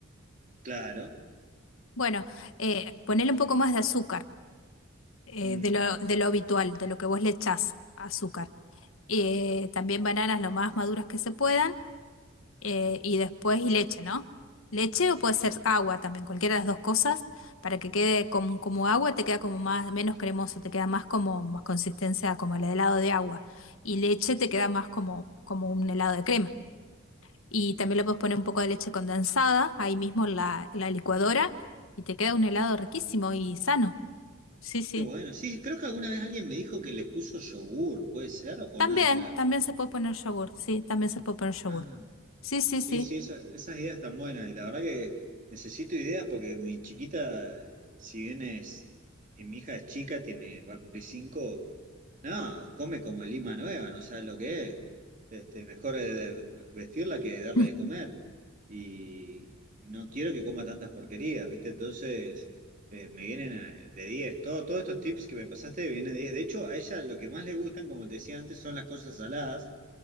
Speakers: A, on the right (about 40°); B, on the left (about 75°).
A: claro.
B: Bueno, eh, ponerle un poco más de azúcar, eh,
A: Mm,
B: de lo, de lo habitual, de lo que vos le echás azúcar. Eh, también bananas lo más maduras que se puedan eh, y después y leche, ¿no? Leche o puede ser
A: mm.
B: agua también, cualquiera de las dos cosas, para que quede como, como agua, te queda como más, menos cremoso, te queda más como más consistencia como el helado de agua. Y leche te queda más como, como un helado de crema. Y también le puedes poner un poco de leche condensada ahí mismo en la, en la licuadora y te queda un helado riquísimo y sano. Sí, sí.
A: Qué bueno, sí, creo que alguna vez alguien me dijo que le puso yogur, ¿puede ser? O
B: También,
A: nada que ver.
B: también se puede poner yogur, sí, también se puede poner yogur.
A: Ah.
B: Sí, sí,
A: Sí,
B: sí.
A: sí, esas, esas ideas están buenas. Y la verdad que necesito ideas porque mi chiquita, eh, si bien es, eh, mi hija es chica, tiene, va a cumplir cinco, no, come como lima nueva, no sabes lo que es. Este, mejor eh, vestirla que darle
B: <laughs>
A: de comer. Y, y no quiero que coma tantas porquerías, ¿viste? Entonces, eh, me vienen a- de diez, Todo, todos estos tips que me pasaste vienen de 10. De hecho, a ella lo que más le gustan, como te decía antes, son las cosas saladas.